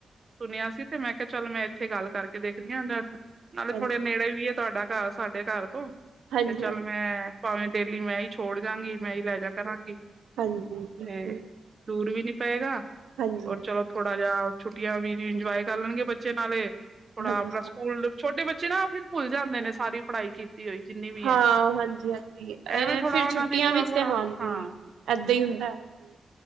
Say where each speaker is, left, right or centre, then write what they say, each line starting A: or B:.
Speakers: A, on the right; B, on the right.
A: ਸੁਣਿਆ ਸੀ ਤੇ ਮੈਂ ਚੱਲ ਮੈਂ ਇੱਥੇ ਗੱਲ ਕਰਕੇ ਦੇਖਦੀ ਆ ਨਾਲੇ
B: ਹਾਂਜੀ
A: ਥੋੜੇ
B: ਹਾਂਜੀ
A: ਨੇੜੇ ਵੀ ਏ ਤੁਹਾਡਾ ਘਰ ਸਾਡੇ ਘਰ ਤੋਂ।
B: ਹਾਂਜੀ
A: ਤੇ ਚਲ ਮੈਂ ਭਾਵੇਂ ਡੇਲੀ ਮੈਂ ਹੀ ਛੋੜ ਜਾਂਗੀ। ਮੈਂ ਹੀ ਲੈ ਜਾ ਕਰਾਂਗੀ।
B: ਹਾਂਜੀ ਬਿਲਕੁਲ।
A: ਤੇ ਦੂਰ ਵੀ ਨੀ ਪਏਗਾ।
B: ਹਾਂਜੀ
A: ਹੋਰ ਚਲੋ ਥੋੜਾ ਜਿਹਾ ਛੁੱਟੀਆਂ ਵੀ ਇੰਜੋਏ ਕਰ ਕਰ ਲੈਣਗੇ ਬੱਚੇ ਨਾਲੇ ਥੋੜਾ
B: ਹਾਂਜੀ
A: ਆਪਣਾ ਸਕੂਲ, ਛੋਟੇ ਬੱਚੇ ਨਾ ਉਹ ਵੀ ਭੁੱਲ ਜਾਂਦੇ ਨੇ ਸਾਰੀ ਪੜ੍ਹਾਈ ਕੀਤੀ ਹੋਈ ਜਿੰਨੀ ਵੀ
B: ਹਾਂ,
A: ਹੈ
B: ਹਾਂਜੀ। ਹਾਂਜੀ। ਇਹ
A: ਐਵੇਂ ਥੋੜਾ
B: ਫਿਰ
A: ਉਹਨਾਂ
B: ਛੁੱਟੀਆਂ
A: ਦੀ ਥੋੜਾ
B: ਵਿੱਚ
A: ਥੋੜਾ
B: ਤੇ ਹਾਂਜੀ
A: ਹਾਂ
B: ਏਦਾਂ ਹੀ ਹੁੰਦਾ। ਹਾਂਜੀ।